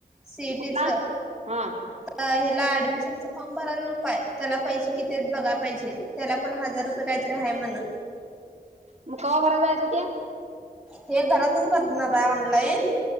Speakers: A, in the centre; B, on the right.
A: सीटीच
B: कुठला हा
A: ह्याला ऍडमिशन फॉर्म भरायला नकोय त्याला पैसे किती बघायला पाहिजे त्याला पण हजार रुपये कायच रहाय म्हण
B: मग का भरा जायचं ते
A: ते घरातच भरणार आहे ऑनलाईन